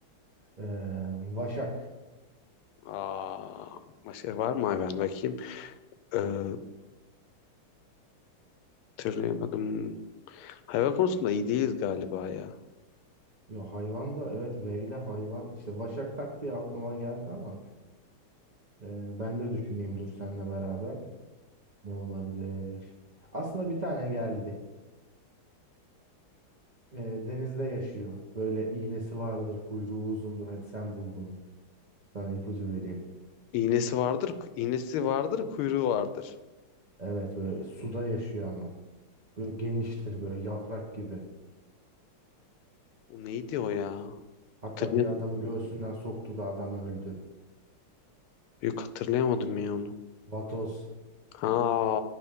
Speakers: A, on the right; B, on the left.
A: Eee, Vaşak.
B: Aa, başka var mı hayvan bakayım? Ee, hatırlayamadım. Hayvan konusunda iyi değiliz galiba ya.
A: Yo hayvan da evet V ile hayvan. İşte Vaşak tak diye aklıma geldi ama. Ee, ben de düşüneyim dur seninle beraber. Ne olabilir? Aslında bir tane geldi. Ee, denizde yaşıyor. Böyle iğnesi vardır, kuyruğu uzundur. Hadi sen bul bunu. Sana ipucu vereyim.
B: İğnesi vardır, ku- iğnesi vardır, kuyruğu vardır.
A: Evet böyle suda yaşıyor ama. Böyle geniştir böyle yaprak gibi.
B: O neydi o ya?
A: Hatta
B: Hatırlayam
A: bir adamı göğsünden soktu da adam öldü.
B: yok hatırlayamadım ya onu.
A: Vatoz.
B: Ha,